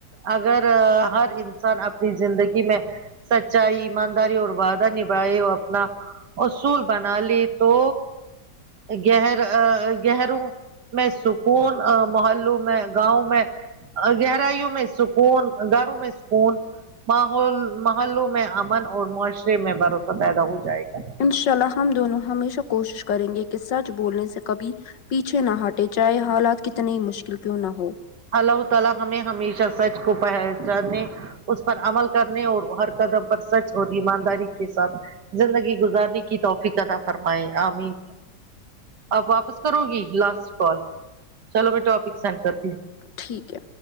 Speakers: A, on the right; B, on the left.
A: اگر ہر انسان اپنی زندگی میں سچائی ایمانداری اور وعدہ نھائے او اپنا اصول بنا لی تو گہر گہروں میں سکون محلوں میں گاؤں میں گہرائیوں میں سکون گھروں میں سکون ماحول محلوں میں امن اور معاشرے میں بھروسہ پیدا ہو جائے گا
B: انشاء اللہ ہم دونوں ہمیشہ کوشش کریں گے کہ سچ بولنے سے کبھی پیچھے نہ ہٹے چاہے حالات کتنی ہی مشکل کیوں نہ ہو
A: اللہ تعالی ہمیں ہمیشہ سچ کو پہچانے اس پر عمل کرنے اور ہر قدم پر سچ اور ایمانداری کے ساتھ زندگی گزارنے کی توفیق فرمائے آمین آپ واپس کرو گی لاسٹ کال چلو میں ٹاپک سینڈ کرتی ہوں
B: ٹھیک ہے